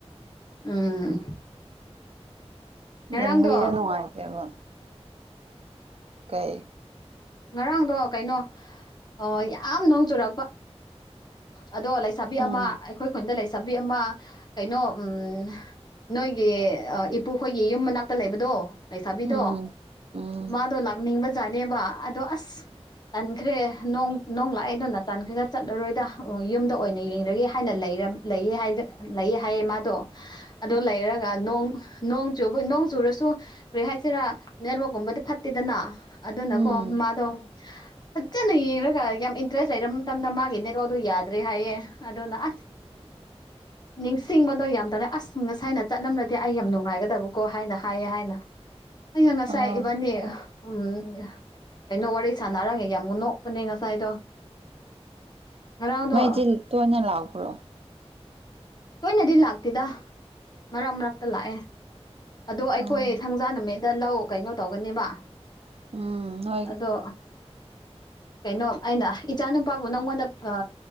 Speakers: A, on the left; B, on the right.
A: ꯎꯝ ꯉꯔꯥꯡꯗꯣ
B: ꯂꯝꯕꯤꯗ ꯅꯨꯡꯉꯥꯏꯇꯦꯕ ꯀꯩ
A: ꯉꯔꯥꯡꯗꯣ ꯀꯩꯅꯣ ꯑꯥ ꯌꯥꯝ ꯅꯣꯡ ꯆꯨꯔꯛꯄ ꯑꯗꯣ ꯂꯩꯁꯥꯕꯤ
B: ꯎꯝ
A: ꯑꯃ ꯑꯩꯈꯣꯏ ꯈꯨꯟꯗ ꯂꯩ ꯁꯥꯕꯤ ꯑꯃ ꯀꯩꯅꯣ ꯎꯝ ꯅꯣꯏꯒꯤ ꯑ ꯏꯄꯨꯈꯣꯏꯒꯤ ꯌꯨꯝ ꯃꯅꯥꯛꯇ ꯂꯩꯕꯗꯣ ꯂꯩꯁꯥꯕꯤꯗꯣ
B: ꯎꯝ ꯎꯝ
A: ꯃꯥꯗꯣ ꯂꯥꯛꯅꯤꯡꯕꯖꯥꯠꯅꯦꯕ ꯑꯗꯣ ꯑꯁ
B: <unintelligible>
A: ꯇꯟꯈ꯭ꯔꯦ ꯅꯣꯡ ꯅꯣꯡ ꯂꯥꯛꯑ ꯗꯨꯅ ꯇꯟꯈ꯭ꯔꯒ ꯆꯠꯂꯔꯣꯏꯗ ꯑꯣ ꯌꯨꯝꯗ ꯑꯣꯏꯅ ꯌꯦꯡꯔꯒꯦ ꯍꯥꯏꯅ ꯂꯩꯔꯝ ꯂꯩꯌꯦ ꯍꯥꯏꯗ ꯂꯩꯌꯦ ꯍꯥꯏꯌꯦ ꯃꯥꯗꯣ
B: <inaudible>
A: ꯑꯗꯣ ꯂꯩꯔꯒ ꯅꯣꯡ ꯅꯣꯡ ꯆꯨꯕ ꯅꯣꯡ ꯆꯨꯔꯁꯨ ꯀꯔꯤ ꯍꯥꯏꯁꯤꯔꯥ ꯅꯦꯠꯋꯛꯀꯨꯝꯕꯗꯤ ꯐꯠꯇꯦꯗꯅ ꯑ
B: ꯎꯝ
A: ꯀꯣ ꯃꯥꯗꯣ ꯐꯖꯅ ꯌꯦꯡꯔꯒ ꯌꯥꯝ ꯏꯟꯇꯔꯦꯁ ꯂꯩꯔ ꯃꯇꯝꯗ ꯃꯥꯒꯤ ꯅꯦꯠꯋꯥꯛ ꯇꯣ ꯌꯥ ꯗ꯭ꯔꯦ ꯍꯥꯏꯌꯦ ꯑꯗꯨꯅ ꯑꯁ ꯅꯤꯡꯁ ꯆꯤꯡꯕꯗꯣ ꯌꯥꯝ ꯇꯧꯅꯦ ꯑꯁ ꯉꯁꯥꯏꯅ ꯆꯠꯂꯝꯔꯗꯤ ꯑꯩ ꯌꯥꯝ ꯅꯨꯡꯉꯥꯏꯒꯗꯕꯀꯣ ꯍꯥꯏꯅ ꯍꯥꯏꯌꯦ ꯍꯥꯏ ꯅ ꯑꯩꯅ ꯉꯁꯥꯏ
B: ꯑꯥ
A: ꯏꯕꯥꯅꯤ ꯎꯝ ꯀꯩꯅꯣ ꯋꯥꯔꯤ ꯁꯥꯟꯅꯔꯒ ꯌꯥꯝ ꯅꯣꯛꯄꯅꯦ ꯉꯁꯥꯏꯗꯣ ꯉꯔꯥꯡꯗꯣ
B: ꯃꯩꯗꯤ ꯇꯣꯏꯅ ꯂꯥꯛꯄ꯭ꯔꯣ
A: ꯇꯣꯏꯅꯗꯤ ꯂꯥꯛꯇꯦꯗ ꯃꯔꯛ ꯃꯔꯛꯇ ꯂꯥꯛꯑꯦ ꯑꯗꯣ ꯑꯩꯈꯣꯏ
B: ꯑꯣ
A: ꯊꯥꯡꯖ ꯅꯨꯃꯤꯠꯗ ꯂꯧ ꯀꯩꯅꯣ ꯇꯧꯒꯅꯤꯕ
B: ꯎꯝ ꯅꯣꯏ
A: ꯑꯗꯣ ꯀꯩꯅꯣ ꯑꯩꯅ ꯏꯆꯥ ꯅꯨꯄꯥꯕꯨ ꯅꯉꯣꯟꯗ ꯑ